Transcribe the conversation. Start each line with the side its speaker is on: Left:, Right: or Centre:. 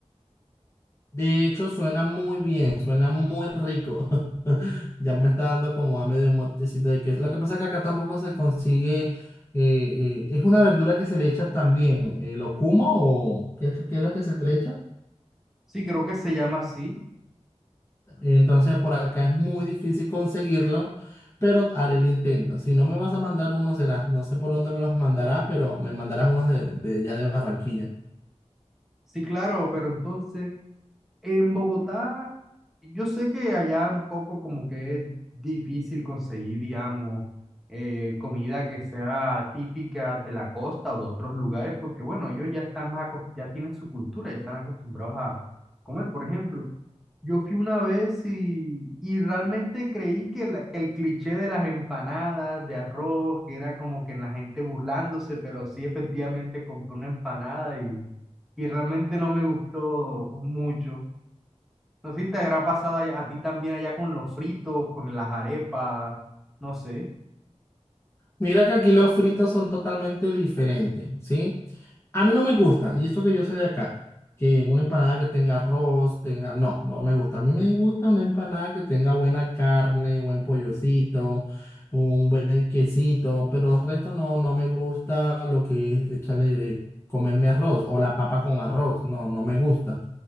Left: De hecho, suena muy bien, suena muy rico. <laughs> Ya me está dando como hambre de un motecito de queso. Lo que pasa es que acá tampoco se consigue, eh, eh, es una verdura que se le echa también, eh, locuma o qué, es lo qué es lo que se le echa.
Centre: Sí, creo que se llama así.
Left: Entonces por acá es muy difícil conseguirlo, pero haré el intento. Si no me vas a mandar uno será, no sé por dónde me los mandarás, pero me mandarás unos de, de allá de Barranquilla.
Centre: Sí, claro, pero entonces... En Bogotá, yo sé que allá un poco como que es difícil conseguir, digamos, eh, comida que sea típica de la costa o de otros lugares, porque bueno, ellos ya están más, acos- ya tienen su cultura, ya están acostumbrados a comer. Por ejemplo, yo fui una vez y, y realmente creí que, la- que el cliché de las empanadas de arroz, que era como que la gente burlándose, pero sí efectivamente compré una empanada y, y realmente no me gustó mucho. No sé si te habrá pasado allá- a ti también allá con los fritos, con las arepas, no sé.
Left: Mira que aquí los fritos son totalmente diferentes, ¿sí? A mí no me gusta, y esto que yo soy de acá, que una empanada que tenga arroz, tenga... No, no me gusta. A mí me gusta una empanada que tenga buena carne, buen pollocito, un buen quesito, pero el resto no, no me gusta lo que es echarle, de- comerme arroz o la papa con arroz, no, no me gusta.